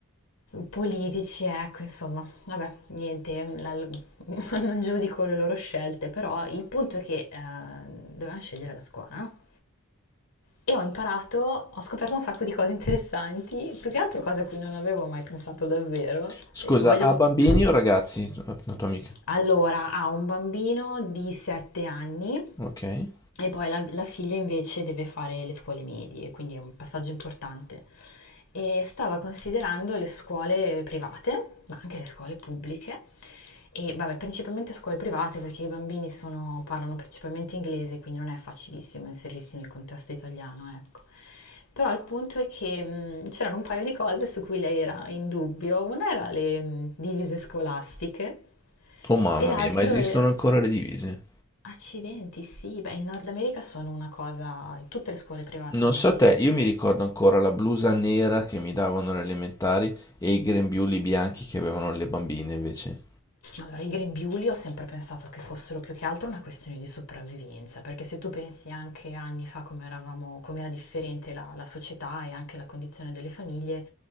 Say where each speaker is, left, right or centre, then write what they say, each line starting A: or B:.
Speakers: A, on the left; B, on the left.
A: politici, ecco, insomma, vabbè, niente, la- <laughs> non giudico le loro scelte, però il punto è che eh, dovevamo scegliere la scuola, no? E ho imparato, ho scoperto un sacco di cose interessanti, più che altro cose a cui non avevo mai pensato davvero.
B: Scusa,
A: E Voglio...
B: ha bambini
A: <laughs>
B: o ragazzi? La tua amica.
A: Allora, ha un bambino di 7 anni
B: Ok.
A: e poi la, la figlia invece deve fare le scuole medie, quindi è un passaggio importante. E stava considerando le scuole private, ma anche le scuole pubbliche, e vabbè, principalmente scuole private perché i bambini sono- parlano principalmente inglese, quindi non è facilissimo inserirsi nel contesto italiano, ecco. Però il punto è che mh, c'erano un paio di cose su cui lei era in dubbio. Una era le mh, divise scolastiche,
B: Oh mamma
A: e l'altro
B: mia, ma esistono
A: era...
B: ancora le divise?
A: Accidenti, sì, beh, in Nord America sono una cosa... Tutte le scuole private
B: Non
A: hanno
B: so
A: la divisa.
B: te, io mi ricordo ancora la blusa nera che mi davano alle elementari e i grembiuli bianchi che avevano le bambine invece.
A: Allora, i grembiuli ho sempre pensato che fossero più che altro una questione di sopravvivenza, perché se tu pensi anche anni fa come eravamo, com'era differente la, la società e anche la condizione delle famiglie,